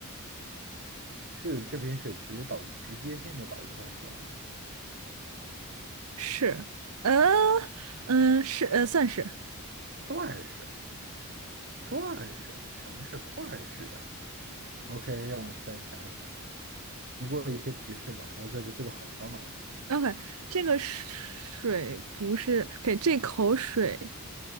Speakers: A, on the right; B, on the right.
A: 是这瓶水直接导直接性的导致他死亡吗？
B: 是，呃，嗯，呃是呃，算是
A: 算是，算是，什么是算是啊？OK，让我再想想，你给我一些提示吧。我这个这个好烧脑啊，
B: OK。这个水不是给这口水，